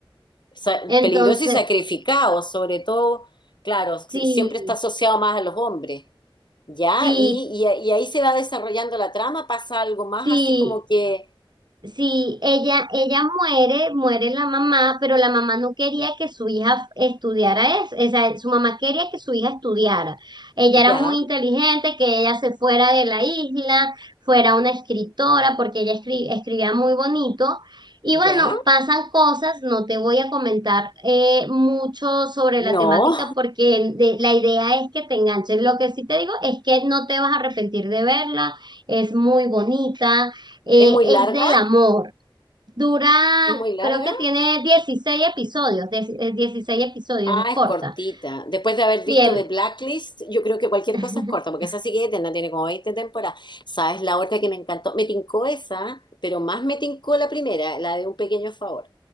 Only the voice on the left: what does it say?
sa-
peligroso y sacrificado, sobre todo, claro, si-
siempre está asociado más a los hombres. Ya,
y, y, y ahí se va desarrollando la trama, pasa algo más
así como que,
ya,
ya,
no,
es muy
larga,
es muy larga.
Ah,
es cortita. Después de haber
visto
The Blacklist, yo creo que cualquier
cosa es corta, porque esa sí que eterna, tiene como 20 temporadas. ¿Sabes la otra que me encantó? Me tincó esa, pero más me tincó la primera, la de Un Pequeño Favor.